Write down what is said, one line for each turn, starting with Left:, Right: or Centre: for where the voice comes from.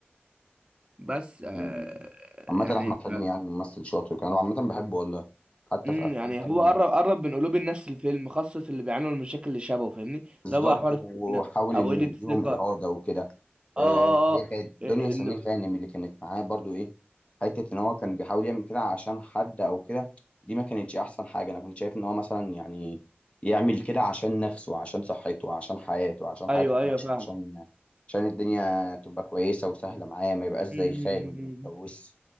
Right: بس آه
Left: مم. عامة
Right: يعني
Left: أحمد
Right: انت
Left: حلمي يعني ممثل شاطر كان وعامة بحبه والله حتى
Right: امم
Left: في أفلام
Right: يعني
Left: تانية
Right: هو قرب قرب من قلوب الناس الفيلم خاصة اللي بيعانوا من المشاكل اللي شبهه فاهمني
Left: بالظبط
Right: لا بقى حوار
Left: وحاول
Right: السمنة او
Left: انه
Right: قلة الثقة
Left: يديهم اراده وكده
Right: اه
Left: آه، هي
Right: اه
Left: كانت دنيا
Right: اه ال-
Left: سمير غانم اللي كانت معاه برضو ايه حته ان هو كان بيحاول يعمل كده عشان حد او كده دي ما كانتش احسن حاجه انا كنت شايف ان هو مثلا يعني يعمل كده عشان نفسه عشان صحته عشان حياته عشان
Right: ايوه
Left: حياته
Right: ايوه
Left: تمشي،
Right: فاهمك
Left: عشان عشان الدنيا تبقى كويسه وسهله معاه ما يبقاش زي
Right: أمم.
Left: خال اللي متجوز